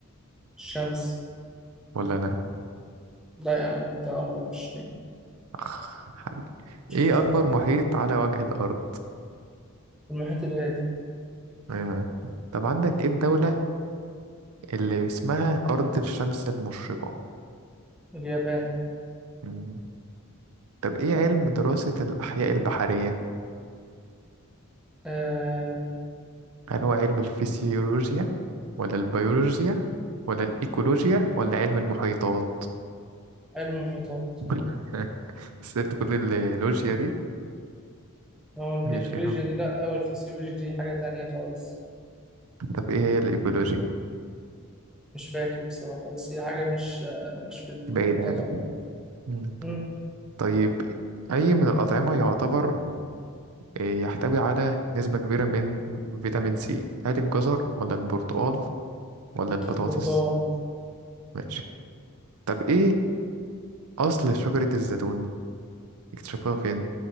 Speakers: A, in the centre; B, on the right.
A: الشمس
B: ولا أنا
A: لا يا عم أنت قمر مش نجم
B: أخ، حبيبي.
A: شفت
B: ايه أكبر
A: بقى
B: محيط على وجه الأرض
A: المحيط الهادي
B: آه. طب عندك ايه الدولة اللي اسمها أرض الشمس المشرقة
A: اليابان
B: مم. طب ايه علم دراسة الأحياء البحرية
A: آه
B: هل هو علم الفسيولوجيا ولا البيولوجيا ولا الإيكولوجيا ولا علم المحيطات
A: علم المحيطات
B: <laughs> سبت كل اللوجيا دي
A: ما هو الإيكولوجيا
B: ماشي يا عم.
A: دي لأ والفسيولوجي دي حاجة تانية خالص
B: طب ايه هي الايكولوجيا
A: مش فاكر بصراحة بس هي حاجة مش آه مش في المحيطات
B: بعيدة يعني
A: عموما
B: مم.
A: مم،
B: طيب اي من الأطعمة يعتبر إيه، يحتوي على نسبة كبيرة من فيتامين سي هل الجزر ولا البرتقال ولا البطاطس
A: برتقال
B: ماشي طب ايه اصل شجرة الزيتون اكتشفوها فين